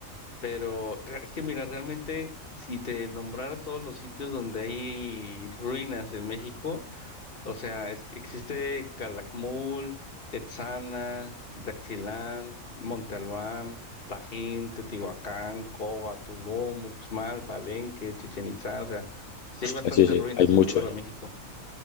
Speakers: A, on the left; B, on the left.
A: Pero re- es que mira, realmente si te nombrara todos los sitios donde hay ruinas en México, o sea, es- existe Calakmul, Etzana, Daxilán, Monte Albán, Tajín, Teotihuacán, Cova, Tulum, Uxmal, Palenque, Chichen Itzá, o sea, sí
B: Ostras,
A: hay bastantes
B: sí, sí,
A: ruinas
B: hay mucho,
A: en lo largo
B: ¿no?
A: de México.